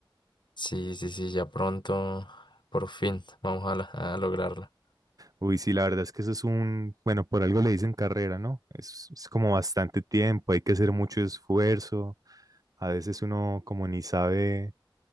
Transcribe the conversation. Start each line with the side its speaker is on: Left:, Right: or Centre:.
Left: Sí, sí, sí, ya pronto, por fin, vamos a, la- a lograrla.
Right: Uy, sí, la verdad es que eso es un, bueno, por algo le dicen carrera, ¿no? Es, es como bastante tiempo, hay que hacer mucho esfuerzo. A veces uno como ni sabe